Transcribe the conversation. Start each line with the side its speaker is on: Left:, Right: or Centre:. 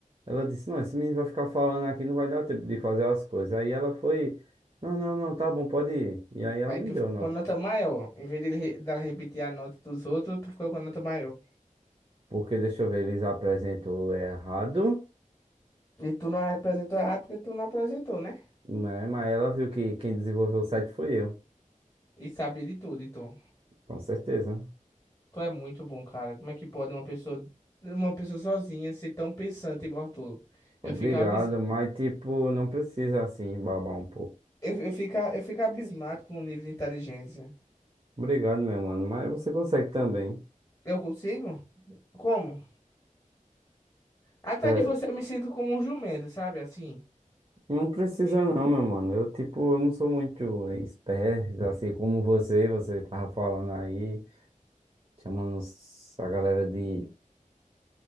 Right: Ela disse, não, esse menino vai ficar falando aqui, não vai dar tempo de fazer as coisas. Aí ela foi, não, não, não, tá bom, pode ir. E aí ela
Left: Aí
Right: me
Left: tu
Right: deu
Left: ficou
Right: nota.
Left: com nota maior. Em vez de ele re- dela repetir a nota dos outros, tu ficou com a nota maior.
Right: Porque, deixa eu ver, eles apresentou errado,
Left: E tu não apresentou errado porque tu não apresentou, né?
Right: né? Mas ela viu que quem desenvolveu o site foi eu,
Left: E sabia de tudo, e tu.
Right: com certeza.
Left: Tu é muito bom, cara. Como é que pode uma pessoa, uma pessoa sozinha ser tão pensante igual tu? Eu
Right: Obrigado,
Left: fico abismado.
Right: mas tipo, não precisa assim babar um pouco.
Left: Eu, eu fico, eu fico abismado com o nível de inteligência.
Right: Obrigado, meu mano, mas você consegue também.
Left: Eu consigo? Como? Atrás
Right: É,
Left: de você eu me sinto como um jumento, sabe? Assim.
Right: Não precisa
Left: E-
Right: não, meu mano. Eu, tipo, eu não sou muito esperto, assim, como você, você tava falando aí, chamando s- a galera de,